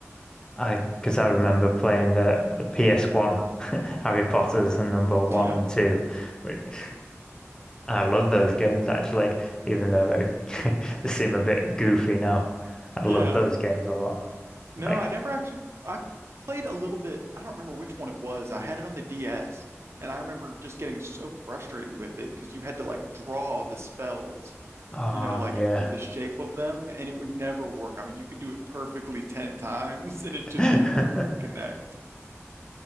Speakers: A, on the left (about 15°); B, on the right (about 60°).
A: I because I remember playing the the PS1 <laughs> Harry Potter's and number one
B: <laughs> Yeah.
A: and two. which- I love those games actually, even though they <laughs> they seem a bit goofy now. I
B: Yeah.
A: love those games a lot.
B: No,
A: Like,
B: I never actually I played a little bit. I don't remember which one it was. I had it on the DS and I remember just getting so frustrated with it because you had to like draw the spells,
A: ah,
B: you know, like
A: yeah.
B: uh, the shape of them and it would never work. I mean, you could do it perfectly 10 <laughs> times and it
A: <laughs>
B: just wouldn't connect.